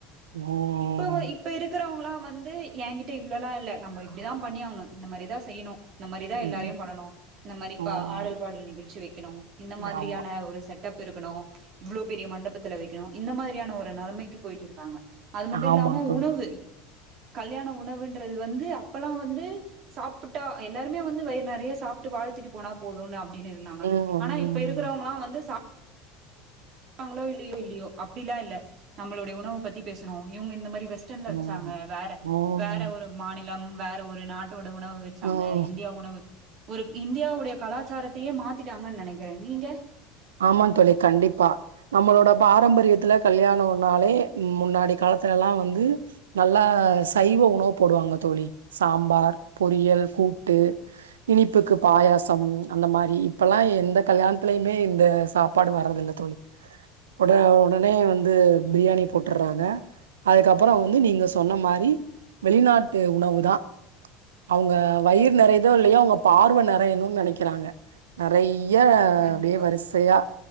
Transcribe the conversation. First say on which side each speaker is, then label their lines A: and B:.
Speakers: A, on the right; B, on the right.
A: ம்
B: இப்ப வை இப்ப இருக்கிறவங்களா வந்து எயகிட்ட இவ்ளல்லா இல்ல நம்ம இப்டிதா பண்ணியாகணு இந்த மாரிதா செய்யணு இந்த மாரிதா
A: ம்
B: எல்லாரையு படனு இந்த மாரிப்ப
A: ம்
B: ஆடல் பாடல் நிகழ்ச்சி வைக்கணு இந்த மாதிரியான
A: ஆமா
B: ஒரு செட் டப் இருக்கணு இவ்வளோ பெரிய மண்டபத்துல வைக்கணு இந்த மாதிரியான ஒரு நெலமைக்கு போயிட்டு இருக்காங்க அது மட்டு இல்லாம
A: ஆமாங் தோழி
B: உணவு கல்யாண உணவுன்றது வந்து அப்பல்லா வந்து சாப்ட்டா எல்லாருமே வந்து வயிற நெறைய சாப்ட்டு வாழ்த்திட்டு போனா போதும்னு அப்டின்னு இருந்தாங்க
A: ம் ம்
B: ஆனா இப்ப இருக்கிறவங்களா வந்து சா ங்களோ இல்லயோ இல்லயோ அப்டிலா இல்ல நம்மளுட உணவ பத்தி பேசணு இவங்க இந்த மாரி டன்ல
A: ம்
B: வச்சாங்க வேற
A: ம்
B: வேற ஒரு மாநிலம் வேற ஒரு நாட் டோட உணவு வச்சாங்க
A: ம்
B: இந்தியா உணவு ஒரு இந்தியாவுடைய கலாச்சாரத்தையே மாத்திட்டாங்கன் நெனைக்கிற நீங்க
A: ஆமாந் தோழி கண்டிப்பா நம்மளோட பாரம்பரியத்துல கல்யாணம்னாலே முன்னாடி காலத்துலல்லா வந்து நல்லா சைவ உணவு போடுவாங்க தோழி சாம்பார் பொரியல் கூ ட்டு இனிப்புக்கு பாயாசம் அந்த மாரி இப்பல்லா எந்த கல்யாணத்தலயுமே இந்த சாப்பாடு வர்றத இல்ல தோழி உட உடனே வந்து பிரியாணி போட்டுறாங்க அதுக்கப்பற வந்து நீங்க சொன்ன மாரி வெளிநாட்டு உணவு தா அவங்க வயிறு நெறையுதோ இல்லயோ அவங்க பார்வ நெறையணுனு நெனைக்கிறாங்க நெறைய
B: கண்டிப்பா
A: அப்டியே வரிசையா